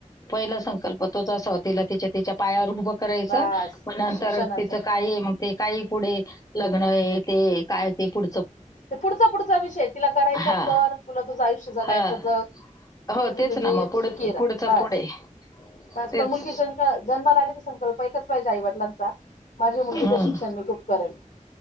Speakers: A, on the left; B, on the left.
A: पहिला संकल्प तोचाव तिला तिचे त्याच्या पायावर उभ करायच
B: बास
A: मग नंतर
B: शिक्षणाचा
A: त्याचं काय मग ते काही पुढे लग्न आहे ते काय ते पुढ
B: तो पुढचा-पुढचा विषय ति लग्न करायच
A: हां.
B: कर, तुला तुझ आयुष्य जगायच
A: हां.
B: जग,
A: हो
B: तुझी-तुझी
A: तेच ना मग पुढ
B: सुकी राहा,
A: पुढचं
B: बस-बस
A: पुढे. तेच.
B: पण मुलगी जन् जन्माला आली कि संकल्प एकच पाहिजे आई वडिलांचा, माझी मुलीगिच
A: हं.
B: शिक्षण मि खूप करेल